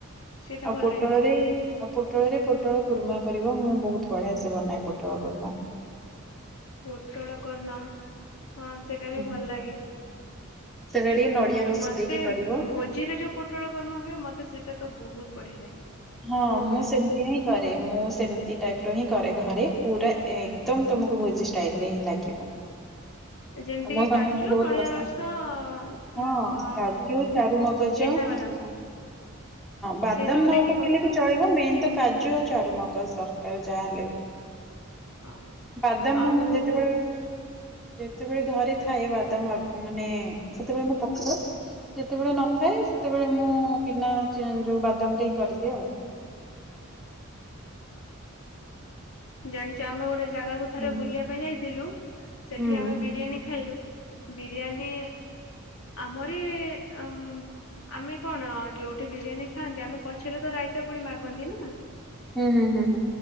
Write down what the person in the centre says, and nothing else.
ଆଉ
ପୋଟଳରେ
ଆଉ ପୋଟଳରେ ପୋଟଳ କୁର୍ମା କରିବ ମୁଁ ବହୁତ ବଢିଆ ସେ ବନାହି ପୋଟଳକୁର୍ମା
ହୁଁ
ସେଟା ଟିକେ ନଡିଆ ରସ
ଦେଇକି କରିବ।
ହଁ
ମୁଁ
ସେମିତି
ହିଁ କରେ ମୁଁ ସେମିତି ଟାଇପ ର ହିଁ କରେ ଘରେ ପୁରା ଏକଦମ ତମକୁ ଭୋଜି ଷ୍ଟାଇଲରେ ହିଁ ଲାଗିବ।
ମୋ
ସମାମୀକୁ
ବହୁତ
ପସନ୍ଦ
ହଁ
କାଜୁ ଚାରୁମଗଜ
ହଁ ବାଦାମ
ନ
ପ
ଲେ
ବି ଚଳିବ ମେନ ତ କାଜୁ ଆଉ ଚାରୁମଗ ସ କା ଯାହା ହେଲେ ବି
ବାଦାମ
ଯେତେବେଳେ ଯେତେବେଳେ ଘରେ ଥାଏ ବାଦାମ ମାନେ ସେତେବେଳେ ମୁଁ ପକେଇବ ଯେତେବେଳେ ନଥାଏ ସେତେବେଳେ ମୁଁ ବିନା ଯୋଉ ବାଦାମ ରେ କରିଦଉ।
ହୁଁ
ହୁଁ
ହୁଁ ହୁଁ ହୁଁ ହୁଁ।